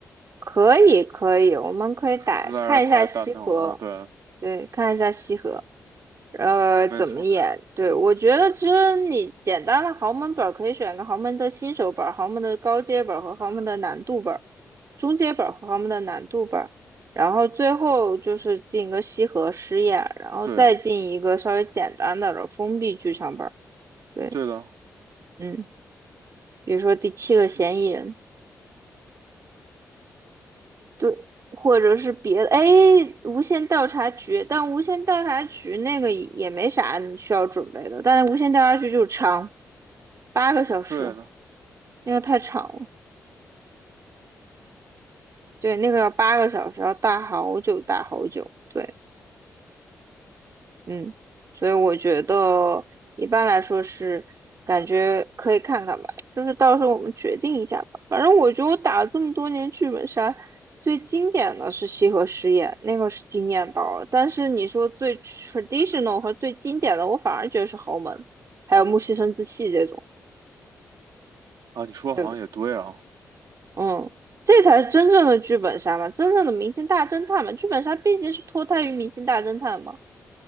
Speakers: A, on the right (about 50°); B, on the right (about 80°).
A: 可以可以，我们可以打看一下西河，
B: 实在是太蛋疼了，对，
A: 对，看一下西河。呃，
B: 没错儿
A: 怎么演？对，我觉得其实你简单的豪门本儿可以选个豪门的新手本儿、豪门的高阶本儿和豪门的难度本儿、中阶本儿和豪门的难度本儿，然后最后就是进个西河试验，然后再进一个稍微简单的了封闭剧场本儿。
B: 对，
A: 对，
B: 对的，
A: 嗯，比如说第七个嫌疑人，
B: 西
A: 对，或者是别的，哎，无线调查局，但无线调查局那个也没啥你需要准备的，但是无线调查局就是长。八个小时，
B: 对的，
A: 那个太长了。对，那个要八个小时，要大好久大好久。对，嗯，所以我觉得一般来说是感觉可以看看吧，就是到时候我们决定一下吧。反正我觉得我打了这么多年剧本杀，最经典的是西河实验，那个是惊艳到了。但是你说最 traditional 和最经典的，我反而觉得是豪门，还有木西生子戏这种。
B: 啊，你说好像也对啊，
A: 对吧？嗯，这才是真正的剧本杀嘛，真正的明星大侦探嘛，剧本杀毕竟是脱胎于明星大侦探嘛。